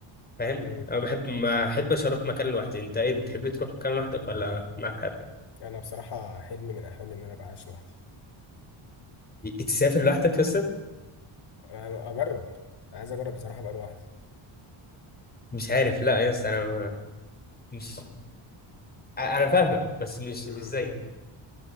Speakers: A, on the left; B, on the left.
A: فاهم
B: امم
A: أنا بحب ما أحبش أروح مكان لوحدي أنت إيه بتحب تروح مكان لوحدك ولا معاك حد؟
B: انا بصراحه حلمي من احلامي ان انا ابقى عايش لوحدي
A: تسافر لوحدك بس
B: أنا اجرب عايز اجرب بصراحه ابقى لوحدي
A: مش عارف لا يا اسطى انا ما- مش ع- انا فاهمك بس مش
B: امم
A: مش زيك